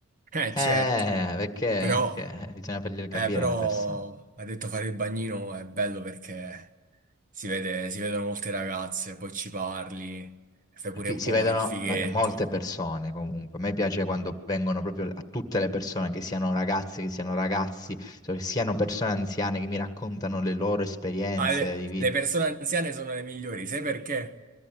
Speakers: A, on the right; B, on the left.
A: Eh,
B: Eh,
A: certo.
B: perché,
A: Però,
B: perché <laughs> bisogna farglielo capire
A: eh, però,
B: alle persone.
A: ha detto fare il bagnino è bello perché si vede, si vedono molte ragazze, poi ci parli, fai pure
B: Fi-
A: un
B: Si
A: po'
B: vedono
A: il fighetto.
B: ma- molte persone comunque. A me piace quando vengono proprio a tutte le persone, che siano ragazze, che siano ragazzi, so- che siano persone anziane che mi raccontano le loro esperienze
A: Ah, le,
B: di vita.
A: le persone anziane sono le migliori, sai perché?